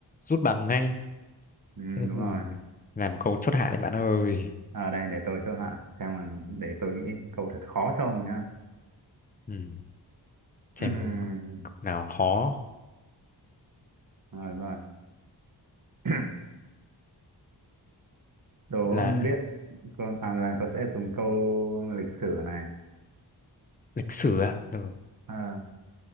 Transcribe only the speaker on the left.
rút bằng ngay. <laughs>
Ừ,
Làm câu chốt hạ đấy bạn ơi.
Ừ. Xem
câu nào khó
là
lịch sử à? Ừ.